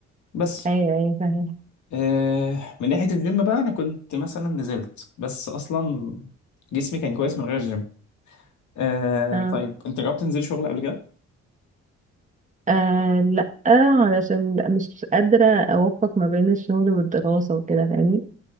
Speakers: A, on the left; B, on the right.
A: بس
B: ايوه ايوه فاهمة
A: آه، من ناحيه الجيم بقى انا كنت مثلا نزلت بس اصلا جسمي كان كويس من غير الجيم آه
B: اه
A: طيب انت جربت تنزل شغل قبل كده؟
B: آه لا علشان لأ، مش قادرة أوفق ما بين الشغل والدراسة وكده فاهمني